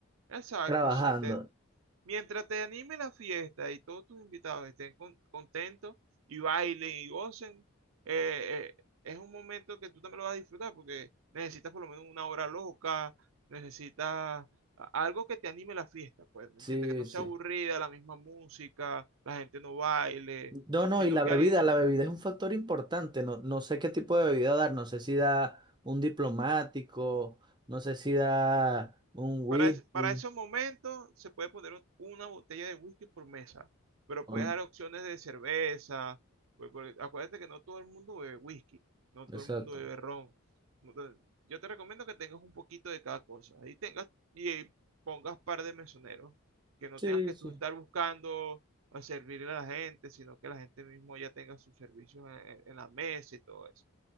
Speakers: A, on the right (about 70°); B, on the right (about 20°).
A: exacto,
B: trabajando.
A: sí, Te, Mientras te anime la fiesta y todos tus invitados estén con- contentos y bailen y gocen, eh, eh, es un momento que tú también lo vas a disfrutar porque necesitas por lo menos una hora loca, necesitas a- algo que te anime la fiesta, pues, ¿me
B: Sí,
A: entiendes? Que no
B: sí.
A: sea aburrida, la misma música, la gente no baile,
B: No, no,
A: sino
B: y la
A: que
B: bebida,
A: alguien...
B: la bebida es un factor importante. No, no sé qué tipo de bebida dar. No sé si da un diplomático, no sé si da un whisky.
A: Para, es- para esos momentos se puede poner un- una botella de whisky por mesa, pero
B: Por-
A: puedes dar opciones de cerveza. pues, porque acuérdate que no todo el mundo bebe whisky, no todo
B: Exacto.
A: el mundo bebe ron. no to- Yo te recomiendo que tengas un poquito de cada cosa y tengas y eh, pongas par de mesoneros, que no
B: Sí,
A: tengas que
B: sí.
A: tú estar buscando a servirle a la gente, sino que la gente mismo ya tenga sus servicios en, en la mesa y todo eso.